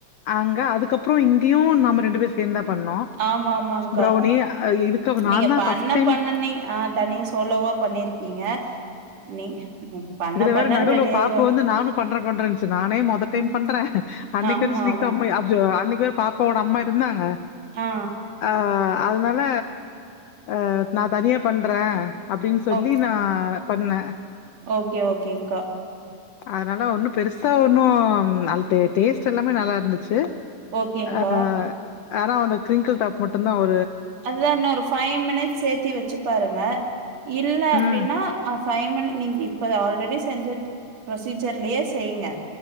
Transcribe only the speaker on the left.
அங்க அதுக் கப்றோ இங்கயு நாம ரெண்டு பேர் சேந்தா பண்ணோ
ப்ரௌனி இதுக்கு
நான்தா
ஃபர்ஸ்ட் டைம்
இது வேற
நடுவ்ல
பாப்பா
வந்து நானு பண்ற பண்றேன்ச்சு நானே மொத டைம்
பண்றே அன்னைக்
வந்து ஸ்வீட்
கம்மி <unintelligible> அன்னை <unintelligible> பாப் போட அம்மா இருந்தாங்க
ஆஹ் ஆஹ் அதுனால அ நா தனியா பண்றே அப்படின் சொல்லி
நா பண்ணே
அதனால ஒன்னு பெருசா ஒன்னு ம் நல் டே டேஸ்ட் எல்லாமே நல்லார்ந்துச்சு
ஆ அஹ் ஆனா அந்த க்ரிங்கிள் டாப் மட்டுந்தா ஒ
ம்.